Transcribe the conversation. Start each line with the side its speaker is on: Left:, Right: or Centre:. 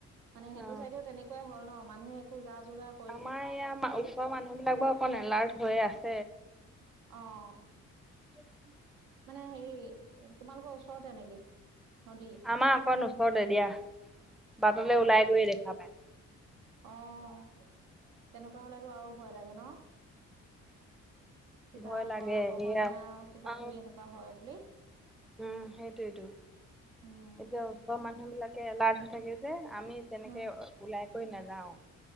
Right: মানে, সেইটো
Centre: অ
Right: চাইডেও তেনেকুৱাই হ'ল ন'? মানুহে একো যা-যোগাৰ
Centre: আমাৰ ইয়াৰ মা- ওচৰৰ মানুহবিলাক বাও অকণ এলাৰ্ট হয় আ
Right: অঁ।
Centre: <inaudible>
Right: মানে হেৰি, তোমালোকৰ ওচৰতে নেকি? নদী
Centre: আমাৰ অকণ ওচৰতে দিয়া।
Right: অ',
Centre: বাটলে ওলাই গৈয়ে দেখা পায়।
Right: অঁ, তেনেকুৱা হ'লেতো আৰু ভয় লাগে ন'? কিবা
Centre: ভয় লাগে
Right: গৰাখহনীয়া
Centre: এয়া
Right: আৰু কিবা-কিবি
Centre: অ
Right: এনেকুৱা হয় বুলি।
Centre: উম, সেইটোৱেইটো।
Right: উম,
Centre: এতিয়া ওচৰ মানুহ বিলাকে এলাৰ্ট হৈ থাকে যে আমি তেনেকে
Right: উম,
Centre: ওলাই কৈ নেযাওঁ।